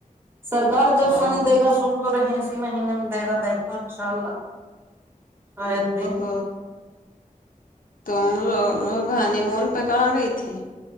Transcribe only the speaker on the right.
سرکار جب
فنڈ دے گا سن تو رہے اسی مہینے میں دے گا دیکھو ان شاء اللہ س